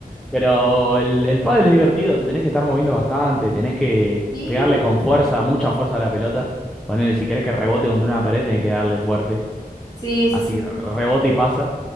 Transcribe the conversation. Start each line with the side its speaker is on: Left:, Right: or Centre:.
Centre: Pero el, el pádel es divertido, te tenés que estar moviendo bastante, tenés que
Left: Sí,
Centre: pegarle con fuerza, mucha fuerza a la pelota. Ponele, si querés que rebote contra una pared, tenés que darle fuerte.
Left: sí, sí,
Centre: Así
Left: sí.
Centre: rebote y pasa.